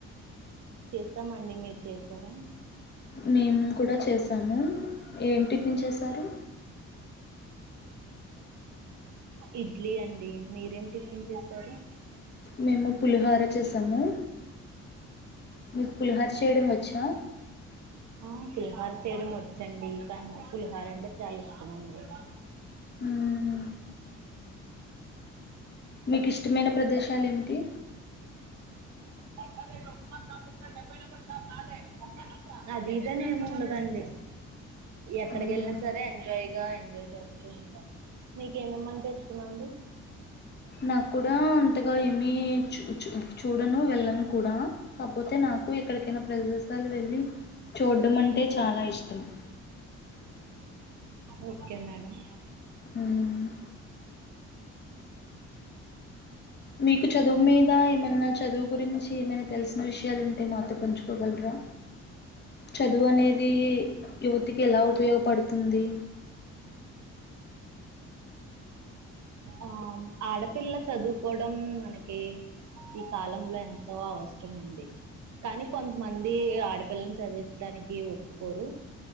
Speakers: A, on the right (about 70°); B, on the left (about 35°).
A: చేసమండి మీరు చేసారా
B: మేము కూడా చేసాము ఏంటి పించేశారు
A: ఇడ్లీ అండి మీరేమి టిఫిన్ చేస్తారు
B: మేము పులిహోర చేసాము మీకు పులిహోర చేయడం వచ్చా
A: ఆ పులిహార చేయడం వచ్చండి కానీ పులిహార్ అంటే చాలా ఇష్టమండి
B: మ్మ్ మీకు ఇష్టమైన ప్రదేశ్ కాలిమిటీ
A: మర్దగ ర ఒ బై నంబర్ సార్ నాద అదిదని ఏముండదండి ఎక్కడికి
B: మ్మ్.
A: వెళ్ళినా సరే ఎంజాయ్ గా ఎంజాయ్ చేస్తూ ఉంటాారు మీకేమి ఇమంట ఇస్తమండి
B: నాకు కూడా అంతగా ఏమి చ చ చూడను వెళ్ళను కూడా కాకపోతే నాకు ఎక్కడికైనా ప్రదేశాలు వెళ్ళి చూడడం అంటే చాలా ఇష్టం
A: ఓకే మేడం
B: హమ్ మీకు చదువు మీద ఏమైన్నా చదువు గురించి ఏమైనా తెలిసిన విషయాలు ఉంటే మాతో పంచుకోగలరా చదువు అనేది యువతికి ఎలా ఉపయోగపడుతుంది
A: ఆ ఆడపిల్ల చదువుకోవడం మనకి ఈ కాలంలో ఎంతో అవసరం అండి కానీ కొంతమంది ఆడపిల్లని చదివించడానికి ఒప్పుకోరు